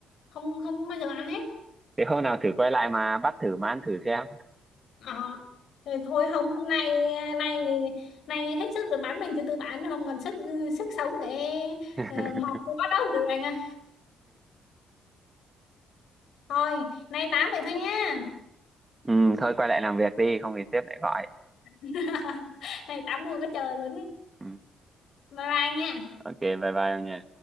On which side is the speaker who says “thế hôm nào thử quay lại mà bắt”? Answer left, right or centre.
Right